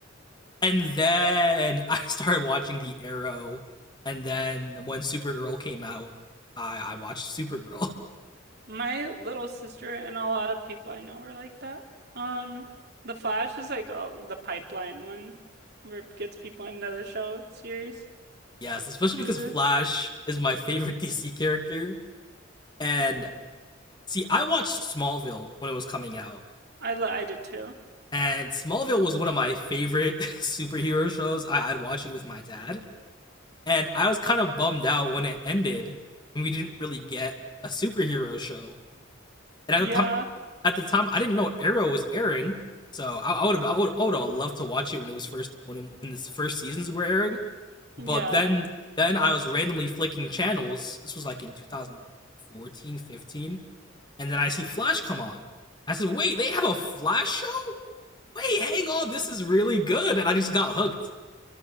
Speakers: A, on the left; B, on the right.
A: and then <laughs> I started watching the Arrow, and then when Supergirl came out, I I watched Supergirl. <laughs>
B: My little sister and a lot of people I know are like that. Um, The Flash is like uh, the pipeline one where it gets people into the show series.
A: Yes, especially
B: Series.
A: because
B: is.
A: Flash is my favorite <laughs> DC character, and See, I watched Smallville when it was coming out,
B: I li I did too.
A: and Smallville was one of my favorite <laughs> superhero shows. I- I'd watch it with my dad, and I was kind of bummed out when it ended, and we didn't really get a superhero show. And at
B: Yeah.
A: the time, at the time, I didn't know Arrow was airing, so I, I would I would I would have loved to watch it when it was first when it, when the first seasons were airing.
B: Yeah.
A: But then then I was randomly flicking channels. This was like in 2014, 15 and then I see Flash come on. I said, "Wait, they have a Flash show? Wait, hang on, this is really good." And I just got hooked.